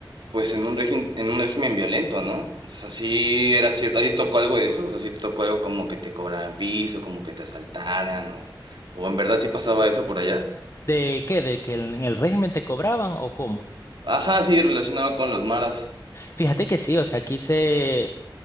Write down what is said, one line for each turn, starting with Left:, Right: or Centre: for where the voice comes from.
Right: pues en un régimen, en un régimen violento, ¿no? O sea, sí era cierto. ¿A ti te tocó algo de eso? O sea, sí te tocó algo como que te cobraran piso, como que te asaltaran o, o en verdad sí pasaba eso por allá.
Left: ¿de qué? ¿De que en el régimen te cobraban o cómo?
Right: Ajá, sí, relacionado con los maras.
Left: Fíjate que sí, o sea, aquí se,